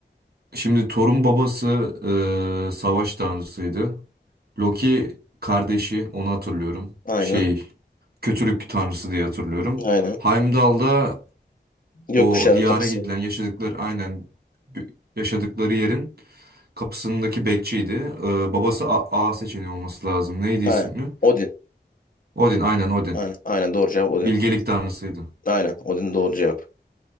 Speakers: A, on the right; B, on the left.
A: Şimdi Torun babası e, savaş tanrısıydı. Loki kardeşi onu hatırlıyorum.
B: Aynen.
A: Şey kötülük tanrısı diye hatırlıyorum.
B: Aynen.
A: Heimdall da
B: Gökkuşağı
A: O diyara
B: kapısı.
A: gidilen yaşadıkları aynen b- yaşadıkları yerin kapısındaki bekçiydi. Ee, babası A, A seçeneği olması lazım. Neydi
B: Aynen.
A: ismi?
B: Odin.
A: Odin aynen Odin.
B: Aynen. Aynen doğru cevap Odin.
A: Bilgelik tanrısıydı.
B: Aynen. Odin doğru cevap.